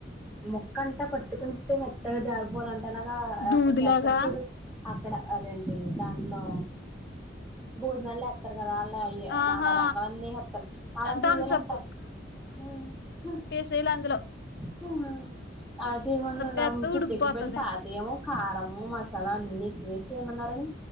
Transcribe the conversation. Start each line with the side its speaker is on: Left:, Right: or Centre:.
Centre: మొక్క అంటా పట్టుకుంటేె మెత్తగా జాగిపోవాలం ఏలాగా
Left: దూదిలాగా
Centre: అక్కడ చెత్తరుచుడు అక్కడ అదేంటి దాంట్లో బోజనళ్ళో ఎత్తర్ కదా అల అయ్యి
Left: ఆహా
Centre: నాన్న రకాలన్నీ ఏసేత్తరు అలా చెయ్యాలంటా
Left: థమ్సప్
Centre: మ్ హుమ్
Left: ఏసేలేయలందులో
Centre: హుమ్ అదేం వండాడం
Left: వేస్తే
Centre: పిచ్చకిపోఇంది
Left: ఉడికిపోతది
Centre: తాతయేమో కారం మసాలా అన్నిీ ఎక్కువేస్ ఏమన్నారని